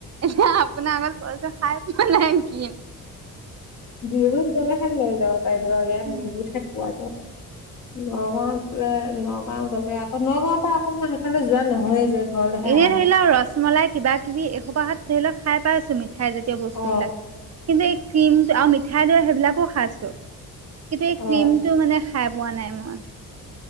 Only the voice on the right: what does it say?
এতিয়া আপোনাৰ আগত কৈছোঁ খাই পোৱা নাই ক্ৰীম
উম।
এনেই
ধৰি
লওক ৰসমলাই কিবা কিবি এসোপাহত ধৰি লওক খাই পাইছো মই মিঠাই জাতীয় বস্তুবিলাক
কিন্তু এই ক্ৰীম আৰু মিঠাই দৰে সেইবিলাকো খাইছো কিন্তু এই ক্ৰীমটো
মানে খাই পোৱা নাই মই